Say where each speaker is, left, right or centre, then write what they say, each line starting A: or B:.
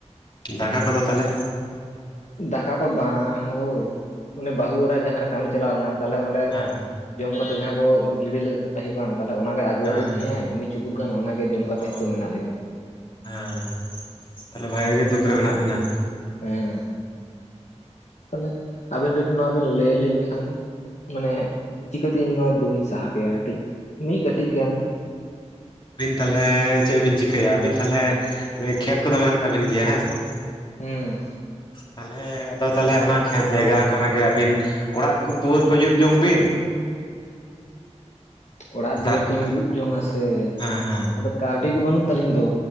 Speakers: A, on the left; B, on the left.
A: ᱫᱟᱠᱟ ᱠᱚᱫᱚ ᱛᱟᱦᱞᱮ?
B: ᱫᱟᱠᱟ ᱠᱚ ᱵᱟᱝ ᱦᱳ ᱩᱱᱤ ᱵᱟᱹᱦᱩ ᱮᱨᱟ ᱡᱟᱦᱟᱸᱨᱮ ᱠᱟᱹᱢᱤ ᱪᱟᱞᱟᱣ ᱞᱮᱱᱟᱭ ᱛᱟᱦᱞᱮ ᱚᱸᱰᱮ,
A: ᱦᱮᱸ ᱦᱮᱸ
B: ᱡᱚᱢ ᱠᱟᱛᱮᱜ ᱡᱟᱦᱟᱸ ᱠᱚ ᱜᱤᱲᱤ ᱞᱮᱫ ᱛᱟᱦᱮᱸᱫ ᱵᱟᱝ ᱛᱟᱦᱚᱞᱮ ᱚᱱᱟᱜᱮ ᱟᱹᱜᱩᱣᱟᱜ
A: ᱦᱮᱸ
B: ᱞᱤᱧ
A: ᱦᱮᱸ
B: ᱛᱟᱦᱮᱸᱫ ᱟᱭ ᱢᱤᱫ ᱪᱩᱯᱩᱫ ᱜᱟᱱ ᱚᱱᱟᱜᱮ ᱡᱚᱢ ᱠᱟᱛᱮ
A: ᱚ
B: ᱛᱮ ᱦᱤᱛᱚᱜ ᱢᱮᱱᱟᱜ ᱞᱤᱧᱟᱹ᱾
A: ᱦᱮᱸ ᱛᱟᱦᱞᱮ ᱵᱷᱟᱜᱮ ᱜᱮ ᱫᱩᱠ ᱨᱮ ᱢᱮᱱᱟᱜ ᱵᱤᱱᱟ᱾
B: ᱦᱮᱸ ᱛᱟᱦᱚᱞᱮ ᱟᱹᱵᱤᱱ ᱠᱟᱹᱴᱤᱡ ᱱᱚᱣᱟ ᱵᱤᱱ ᱞᱟᱹᱭ ᱤᱧ ᱠᱷᱟᱱ ᱢᱟᱱᱮ ᱪᱤᱠᱟᱹᱛᱮ ᱤᱧ ᱱᱚᱣᱟ ᱫᱩᱠ ᱤᱧ ᱥᱟᱦᱟ ᱠᱮᱭᱟ ᱠᱟᱹᱴᱤᱡ ᱢᱤᱫ ᱠᱟᱹᱴᱤᱡ ᱜᱟᱱ
A: ᱟᱵᱤᱱ ᱛᱟᱦᱚᱞᱮ ᱪᱮᱫ ᱵᱤᱱ ᱪᱤᱠᱟᱹᱭᱟ, ᱟᱵᱤᱱ ᱛᱟᱦᱚᱞᱮ ᱠᱷᱮᱛ ᱠᱚᱫᱚ ᱢᱮᱱᱟᱜ ᱛᱟᱵᱤᱱ ᱜᱮᱭᱟ ᱦᱮᱸ ᱥᱮ ᱵᱟᱝ?
B: ᱦᱩᱸ
A: ᱛᱟᱦᱚᱞᱮ ᱟᱫᱚ ᱛᱟᱦᱚᱞᱮ ᱚᱱᱟ ᱠᱷᱮᱛ ᱡᱟᱭᱜᱟ ᱠᱚᱨᱮᱜᱮ ᱟᱵᱤᱱ ᱚᱲᱟᱜ ᱠᱚ ᱫᱩᱣᱟᱹᱨ ᱠᱚ ᱡᱩᱛ ᱡᱚᱝ ᱵᱤᱱ᱾
B: ᱚᱲᱟᱜ ᱫᱩᱣᱟᱹᱨ
A: ᱛᱟᱨᱯᱚᱨᱮ
B: ᱛᱟᱞᱤᱧ ᱡᱩᱛ ᱡᱚᱝ ᱟ ᱥᱮ
A: ᱦᱮᱸ ᱦᱮᱸ
B: ᱟᱫᱚ ᱠᱟᱹᱣᱰᱤ ᱠᱚ ᱵᱟᱹᱱᱩᱜ ᱛᱟᱹᱞᱤᱧ ᱫᱚ᱾